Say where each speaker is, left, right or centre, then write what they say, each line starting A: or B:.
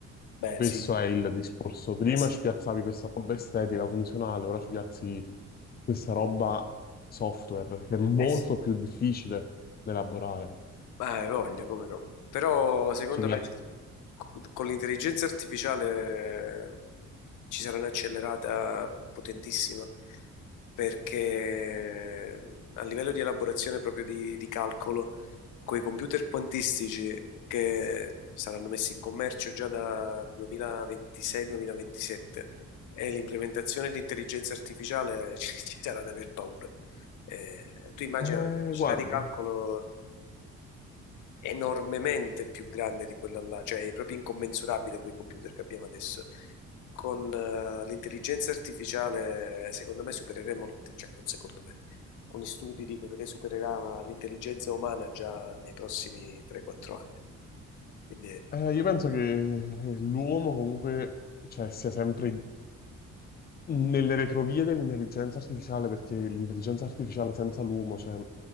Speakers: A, on the left; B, on the left.
A: Beh,
B: Questo
A: sì.
B: è il discorso. Prima
A: Eh sì,
B: ci piazzavi questa roba estetica, funzionale, ora ci piazzi questa roba software che è molto
A: eh sì.
B: più difficile da elaborare.
A: Ma hai voglia, come no. Però secondo
B: Ci pia-
A: me ci- con l'intelligenza artificiale ci sarà un'accelerata potentissima perché a livello di elaborazione proprio di, di calcolo coi computer quantistici che saranno messi in commercio già da 2026-2027 e l'implementazione di intelligenza artificiale <laughs> ci ci sarà da aver paura. Eh, tu immagina
B: Eh,
A: la capacità
B: guarda,
A: di calcolo enormemente più grande di quella là, cioè è proprio incommensurabile quei computer che abbiamo adesso. Con eh, l'intelligenza artificiale, secondo me, supereremo, l'int- cioè non secondo me, alcuni studi dicono che supererà l'intelligenza umana già nei prossimi 3-4 anni. Quindi
B: eh, io penso che l'uomo comunque, cioè, sia sempre nelle retrovie dell'intelligenza artificiale, perché l'intelligenza artificiale senza l'uomo, cioè,